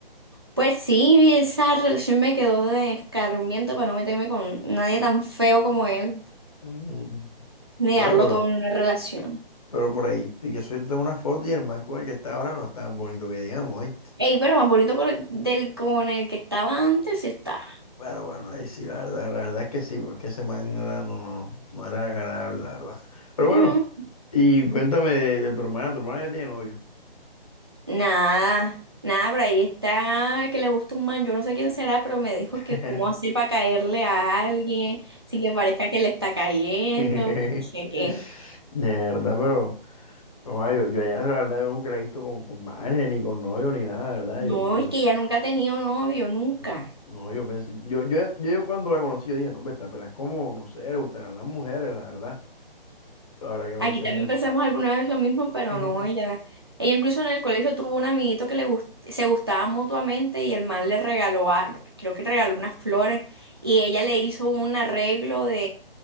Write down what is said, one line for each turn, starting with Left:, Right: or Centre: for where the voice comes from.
Right: Pues sí, esa relación me quedó de escarmiento para no meterme con nadie tan feo como él,
Left: Mm,
Right: ni
Left: Bueno,
Right: darlo
Left: pero,
Right: todo en una relación.
Left: pero por ahí, y que soy una foto y el man con el que está ahora no es tan bonito que digamos, ¿oíste?
Right: Ey, pero más bonito con el- del con el que estaba antes sí está.
Left: Bueno, bueno, ahí sí, la verdad, la verdad es que sí, porque ese man era- no, no, no era agradable, la verdad. Pero bueno,
Right: Mm,
Left: y cuéntame de, de tu hermana, tu hermana ya tiene novio.
Right: nada, nada, por ahí está que le gusta un man, yo no sé quién será, pero me dijo
Left: <laughs>
Right: que cómo hace para caerle a alguien sin que parezca que le está cayendo,
Left: De
Right: que no sé qué.
Left: verdad, pero. No, yo, yo a ella, la verdad, yo nunca la he visto con, con manes, ni con novio, ni nada, la verdad.
Right: No,
Left: Yo, yo,
Right: es que ella nunca ha tenido novio, nunca.
Left: no, no, yo pensé, yo, yo, yo cuando la conocí, yo dije, no, hombre, esta pela es como, no sé, le gustarán las mujeres, la verdad. Ahora que me
Right: Aquí
Left: dices
Right: también pensamos
Left: eso.
Right: alguna vez lo mismo, pero
Left: <laughs>
Right: no, ella, ella incluso en el colegio tuvo un amiguito que le gust- se gustaban mutuamente y el man le regaló, a- creo que regaló unas flores y ella le hizo un arreglo